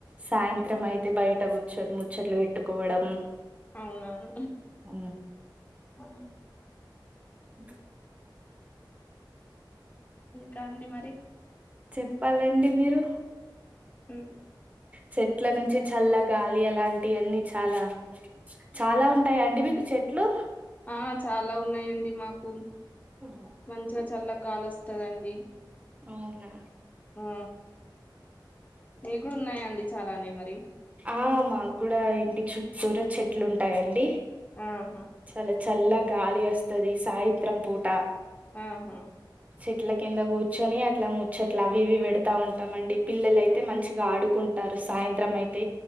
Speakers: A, on the right; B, on the left.
A: సాయంత్రం
B: ఉమ్,
A: అయితే బయట కూర్చొని ముచ్చట్లు పెట్టుకోవడం
B: అవునవును
A: ఊ
B: ఆ
A: ఇంక
B: ఇంకా అండి మరి
A: చెప్పాలండి మీరు
B: ఉ
A: చెట్ల నుంచి చల్ల గాలి అలాంటివన్నీ చాలా చాలా ఉంటాయి అండి మీకు చెట్లు
B: ఆ చాలా ఉన్నాయండి మాకు
A: ఓ,
B: మంచిగా చల్ల గాలి వస్తుందండి
A: అవునా
B: ఆ మీ కూడా ఉన్నాయండి చాలానే మరి
A: ఆ మాకు కూడా ఇంటి చుట్టూర చెట్లు ఉంటాయండి
B: ఆహా
A: చాలా చల్ల గాలి వస్తది సాయత్రం పూట
B: ఆహా
A: చెట్ల కింద కూర్చొని అట్లా ముచ్చట్లవి ఇవి పెడతా ఉంటామండి పిల్లలయితే
B: ఆ
A: మంచిగా ఆడుకుంటారు సాయంత్రం అయితే